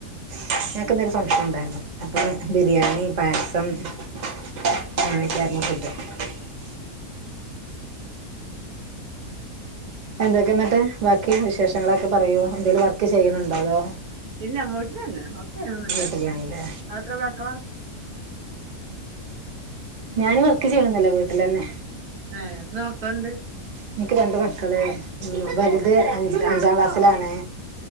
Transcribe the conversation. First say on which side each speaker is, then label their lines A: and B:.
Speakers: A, on the right; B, on the right.
A: <unintelligible> ബിരിയാണി പായസം <unintelligible>
B: അത് ശരി
A: എന്തൊക്കെന്ന്ട്ട് വാക്കി വിശേഷങ്ങള ക്കെ പറയൂ ന്തേലും വർക്ക് ചെയ്യ്ന്നൊണ്ടോ <inaudible>
B: ഇല്ല വീട്ടിലന്നെ വർക്ക്‌ ചെയ്യ്ണൊന്നുല്ല
A: വീട്ടിലാണല്ലേ
B: <unintelligible>
A: ഞാന് വർക്ക് ചെയ്യണില്ല വീട്ടിലന്നെ
B: ങാ എത്ര മക്കള്ണ്ട്
A: എനിക്ക് രണ്ട് മക്കള് വല്ത് അഞ്ചില് അഞ്ചാംക്ലാസില ലാണ്